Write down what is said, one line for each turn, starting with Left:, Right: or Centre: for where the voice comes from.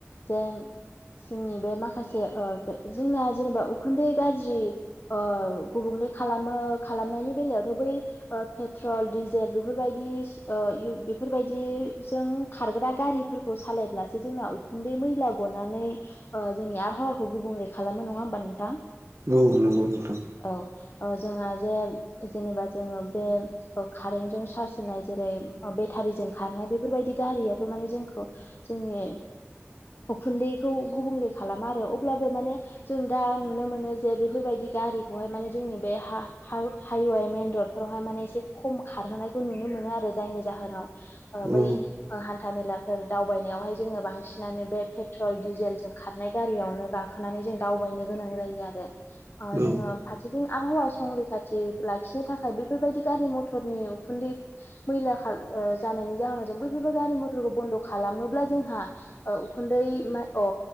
Left: जेन जोंनि बे माखासे ओ बे जोंना जेनेबा उखुन्दै गाज्रि ओ गुबुंले खालामो खालामनायनि बेलायावथ' बै ओ पेट्रल डिजेल बेफोरबायदि ओ बेफोरबायदि जों खारग्रा गारिफोरखौ सालायब्लासो जोंना उखुन्दै मैला गनानै ओ जोंनि आबहावाखौ गुबुंले खालामो नङा होनबा नोंथां?
Right: औ नंगौ नोंथां
Left: औ जोंहा जे जेनेबा जोङो बे ओ कारेन्टजों चार्ज होनाय जेरै बेटारिजों खारनाय बेफोरबायदि गारि माने जोंखौ जोंनि‌ उखुन्दैखौ गुबुंले खालामा आरो अब्लाबो माने जों दा नुनो मोनो जे बेफोरबायदि। गारिखौहाय माने जोंनि बे हा हा हाइवे मेन रड फोरावहाय माने एसे खम खारहोनायखौ नुनो मोन। मोनो आरो जायनि जाहोनाव ओ
Right: औ
Left: बै ओ हा न्था मेलाफोर दावबायनायावहाय जोंङो बांसिनानो बे पेट्रल डिजेलजों खारनाय गारियावनो गाखोनानै थां जों दावबायनो गोनां जायो आरो ओ जोंङो
Right: औ
Left: फारसेथिं आबहावा संरैखाथि लाखिनो थाखाय बेफोरबायदि गारि मथरनि उखुन्दै मैला खार ओ जानायनि जाहोनाव जों बैफोर गारि मथ फोरखौ बन्द' खालामोब्ला जोंहा ओ उखुन्दै मा अ